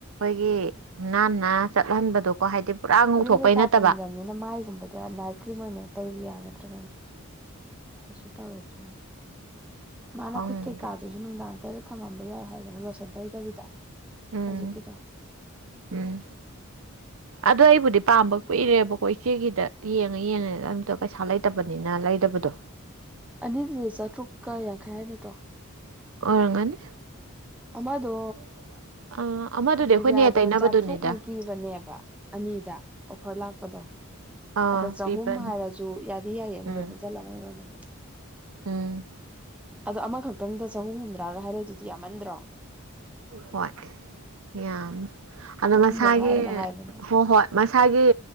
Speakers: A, on the right; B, in the centre.
A: ꯒꯤ ꯅꯥꯟꯅ ꯆꯠꯍꯟꯕꯗꯣꯀꯣ ꯄꯨꯔꯥ ꯉꯧꯊꯣꯛꯄꯩ
B: ꯎꯔꯤꯡ ꯀꯩꯀꯥ
A: ꯅꯠꯇꯕ
B: ꯊꯨꯡꯗꯕꯅꯤꯅ ꯃꯥꯏꯒꯨꯝꯕꯗ ꯅꯥꯏꯠ ꯀ꯭ꯔꯤꯝ ꯑꯣꯏꯅ ꯇꯩꯕ ꯌꯥꯒꯗ꯭ꯔꯥ ꯀꯩꯁꯨꯛ ꯇꯧꯔꯣꯏꯗ꯭ꯔꯥ ꯃꯥꯅ
A: ꯈꯪꯗꯦ
B: ꯈꯨꯠ ꯀꯩꯀꯥꯗꯨꯁꯨ ꯅꯨꯡꯗꯥꯡ ꯇꯔ ꯊꯝꯃꯝꯕ ꯌꯥꯏ ꯍꯥꯏꯗꯅ ꯂꯣꯁꯟ ꯇꯩꯗꯕꯤꯗ
A: ꯎꯝ
B: ꯍꯧꯖꯤꯛꯀꯤꯗꯣ
A: ꯎꯝ ꯑꯗꯣ ꯑꯩꯕꯨꯗꯤ ꯄꯥꯝꯕ ꯀꯨꯏꯔꯦꯕꯀꯣ ꯏꯆꯦꯒꯤꯗ ꯌꯦꯡꯉ ꯌꯦꯡꯉ ꯑꯝꯇ ꯄꯩꯁꯥ ꯂꯩꯇꯕꯅꯤꯅ ꯂꯩꯇꯕ <unintelligible>
B: ꯑꯅꯤꯗꯨꯗ ꯆꯥꯇ꯭ꯔꯨꯛꯀ ꯌꯥꯡꯈꯩ ꯍꯥꯏ ꯅꯠꯇ꯭ꯔꯣ
A: ꯑꯣꯏꯔꯝꯒꯅꯤ
B: ꯑꯃꯗꯣ
A: ꯑ ꯑꯃꯗꯨꯅꯦ
B: ꯅꯦꯕꯤꯌꯥꯗꯣ
A: ꯑꯩꯈꯣꯏꯅꯦ ꯇꯩꯅꯕꯗꯨꯅꯦꯗ
B: ꯆꯥꯇ꯭ꯔꯨꯛꯃꯨꯛ ꯄꯤꯕꯅꯦꯕ ꯑꯅꯤꯗ ꯑꯣꯐꯔ ꯂꯥꯛꯄꯗꯣ
A: ꯑꯥ
B: ꯑꯗ ꯆꯍꯨꯝ
A: ꯄꯤꯕꯅꯦ
B: ꯍꯥꯏꯔꯁꯨ ꯌꯥꯗꯤ ꯌꯥꯏꯌꯦ ꯑꯅꯤꯗꯣ
A: ꯎꯝ
B: ꯄꯨꯟꯁꯤꯜꯂ ꯃꯣꯏꯒꯤ ꯃꯃꯟꯗꯣ
A: ꯎꯝ
B: ꯑꯗꯣ ꯑꯃꯈꯛꯇꯪꯗ ꯆꯍꯨꯝ ꯍꯨꯝꯗ꯭ꯔꯥꯒ ꯍꯥꯏꯔꯛꯏꯗꯨꯗꯤ ꯌꯥꯝꯃꯟꯗ꯭ꯔꯣ
A: ꯍꯣꯏ ꯌꯥꯝꯃꯦ ꯑꯗꯣ
B: ꯆꯍꯨꯝꯃꯨꯛ
A: ꯃꯁꯥꯒꯤ
B: ꯍꯥꯏꯕꯅ ꯍꯥꯏꯕꯅꯦ
A: ꯍꯣ ꯍꯣꯏ ꯃꯁꯥꯒꯤ